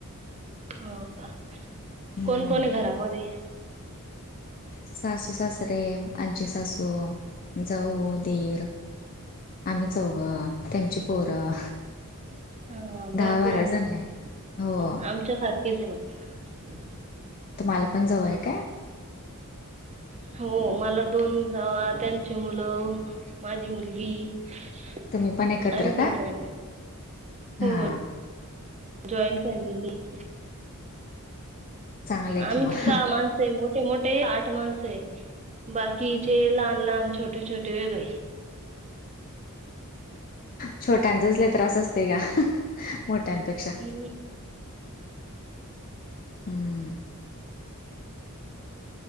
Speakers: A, on the right; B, on the left.
A: हो का?
B: हम्म
A: कोण कोण आहे घरामध्ये?
B: सासू सासरे, आज्जी सासू, जाऊ दीर. आम्ही चौघं. त्यांची पोरं.
A: हा.
B: दहा
A: भरपूर
B: बारा
A: आहे
B: जण
A: म.
B: हो
A: आमच्या सारखीच आहे मग.
B: तुम्हाला पण जाऊ आहे का?
A: हो. मला दोन जावा त्यांची मुलं, माझी मुलगी -
B: तुम्ही पण एकत्र
A: आणि
B: का
A: कोण पायजे? हो.
B: हा
A: जॉईंट फॅमिलीये.
B: चांगलं आहे
A: आम्ही
B: की मग
A: सहा माण - सय. मोठे मोठे आठ माणस आहे. बाकीचे लहान लहान, छोटे छोटे वेगळे.
B: छोट्यांचाचले त्रास असते का मोठ्यांपेक्षा
A: हम्म
B: हम्म